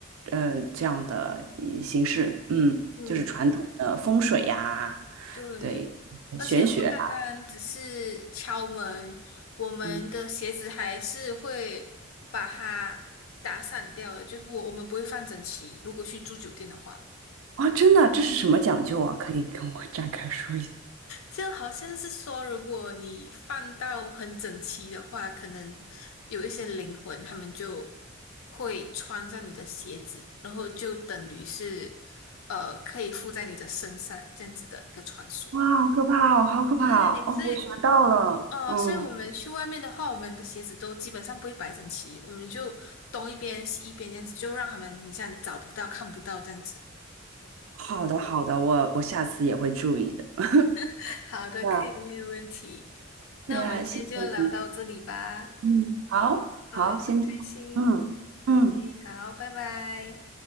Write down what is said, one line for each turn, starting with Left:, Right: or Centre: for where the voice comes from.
Right: 呃，这样的呃形式，嗯，
Left: 嗯。
Right: 就是传统的风水呀，
Left: 对，
Right: 对，
Left: 而且不单单只是敲门，
Right: 玄学啊
Left: 我们的鞋子还是会把它打散掉的，
Right: 嗯，
Left: 就是我我们不会放整齐。如果去住酒店的话，
Right: 哇，真的，这是什么讲究啊？可以跟我 <laughs> 展开说一下？
Left: 就好像是说，如果你放到很整齐的话，可能有一些灵魂，他们就会穿上你的鞋子，然后就等于是呃，可以附在你的身上这样子的一个传说。
Right: 哇，好可怕哦，好可怕哦！
Left: 对，
Right: 哦我学到了，
Left: 所以哦，
Right: 嗯，
Left: 所以我们去外面的话，我们的鞋子都基本上不会摆整齐，我们就东一边西一边这样子，就让他们很像找不到、看不到这样子。
Right: 好的，好的，我我下次也会注意的。<laughs>
Left: <laughs> 好的，
Right: 呀
Left: 可以，没有问题。那我们今天就聊到这里吧。
Right: 呀，谢谢你，嗯，好好，
Left: 好，很开心。
Right: 先这样嗯嗯。
Left: OK，好，拜拜。